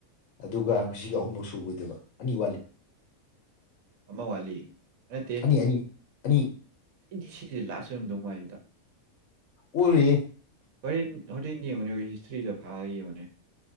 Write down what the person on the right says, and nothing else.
ꯑꯃ ꯋꯥꯂꯤ ꯅꯠꯇꯦ
ꯑꯩꯗꯤ ꯁꯤꯁꯦ ꯂꯥꯁ ꯑꯣꯏꯔꯝꯗꯧ ꯃꯥꯜꯂꯤꯗ
ꯍꯣꯔꯦꯟ ꯍꯣꯔꯦꯟ ꯌꯦꯡꯕꯅꯦ ꯑꯩꯈꯣꯏ ꯍꯤꯁꯇ꯭ꯔꯤꯗ ꯐꯥ ꯌꯦꯡꯕꯅꯦ